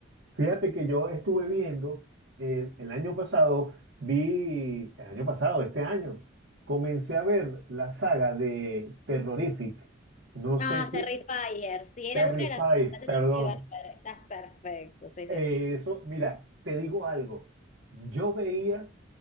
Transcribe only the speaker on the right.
Fíjate que yo estuve viendo eh, el, año pasado, vi el año pasado, este año, comencé a ver la saga de Terrorific. No sé
si
Terrified,
perdón.
Eh,
eso, mira, te digo algo. Yo veía